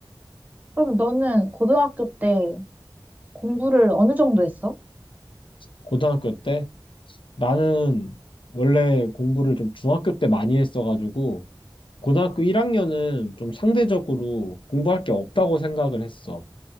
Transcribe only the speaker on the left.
고등학교 때 나는 원래 공부를 좀 중학교 때 많이 했어가지고 고등학교 1학년은 좀 상대적으로 공부할 게 없다고 생각을 했어.